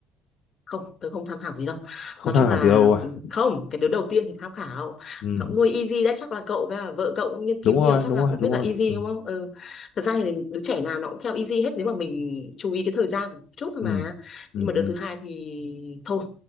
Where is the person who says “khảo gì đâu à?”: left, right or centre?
Left